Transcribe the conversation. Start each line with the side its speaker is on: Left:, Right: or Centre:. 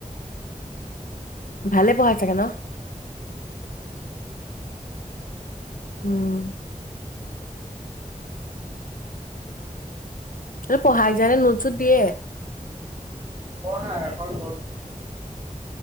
Left: ভালে পঢ়ায় চাগে ন? উম তোৰ পঢ়াই যে এনে নোট ছোট দিয়ে?
Right: পঢ়ায় আকৌ নোট <unintelligible>